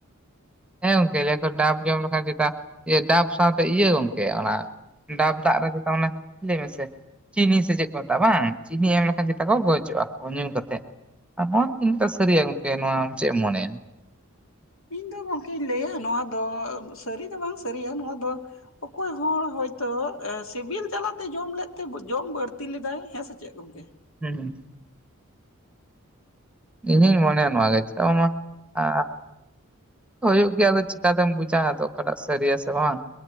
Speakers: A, in the centre; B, on the left (about 70°).
A: ᱦᱮᱸ ᱜᱚᱝᱠᱮ ᱞᱟᱹᱭᱟᱠᱚ ᱰᱟᱵ ᱡᱚᱢ ᱞᱮᱠᱷᱟᱱ ᱪᱮᱛᱟ ᱰᱟᱵ ᱥᱟᱶᱛᱮ ᱤᱭᱟᱹ ᱜᱚᱝᱠᱮ ᱚᱱᱟ ᱰᱟᱵ ᱫᱟᱜ ᱨᱮ ᱪᱮᱛᱟ ᱚᱱᱟ ᱞᱟᱹᱭ ᱢᱮᱥᱮ ᱪᱤᱱᱤ ᱥᱮ ᱪᱮᱜ ᱠᱚ ᱢᱮᱛᱟᱜᱼᱟ ᱵᱟᱝ ᱪᱤᱱᱤ ᱮᱢ ᱞᱮᱠᱷᱟᱱ ᱪᱮᱛᱟ ᱠᱚ ᱜᱚᱡᱚᱜᱼᱟ ᱠᱚ ᱧᱩ ᱠᱟᱛᱮᱜ᱾ ᱟᱨ ᱱᱚᱣᱟ ᱛᱤᱱᱟᱹᱜᱴᱟ ᱥᱟᱹᱨᱤᱭᱟ ᱜᱚᱝᱠᱮ ᱱᱚᱣᱟ ᱟᱢ ᱪᱮᱜ ᱮᱢ ᱢᱚᱱᱮᱭᱟ?
B: ᱤᱧ ᱫᱚ ᱜᱚᱢᱠᱮᱧ ᱞᱟᱹᱭᱟ ᱱᱚᱣᱟ ᱫᱚ ᱥᱟᱹᱨᱤ ᱫᱚ ᱵᱟᱝ ᱥᱟᱹᱨᱤᱭᱟ ᱱᱚᱣᱟ ᱫᱚ ᱚᱠᱚᱭ ᱦᱚᱲ ᱦᱚᱭᱛᱚ ᱮ ᱥᱤᱵᱤᱞ ᱡᱟᱞᱟᱛᱮ ᱡᱚᱢ ᱞᱮᱜ ᱛᱮ ᱡᱚᱢ ᱵᱟᱹᱲᱛᱤ ᱞᱮᱫᱟᱭ ᱦᱮᱸ ᱥᱮ ᱪᱮᱫ ᱜᱚᱝᱠᱮ?
A: ᱦᱩᱸ ᱤᱧᱦᱩᱧ ᱢᱚᱱᱮᱭᱟ ᱱᱚᱣᱟ ᱪᱮᱫᱟᱜ ᱵᱟᱝᱢᱟ ᱟᱻ ᱦᱩᱭᱩᱜ ᱜᱮᱭᱟ ᱟᱫᱚ ᱪᱤᱠᱟᱛᱮᱢ ᱵᱩᱡᱟ ᱟᱫᱚ ᱚᱠᱟᱴᱟᱜ ᱥᱟᱹᱨᱤᱭᱟ ᱥᱮ ᱵᱟᱝ᱾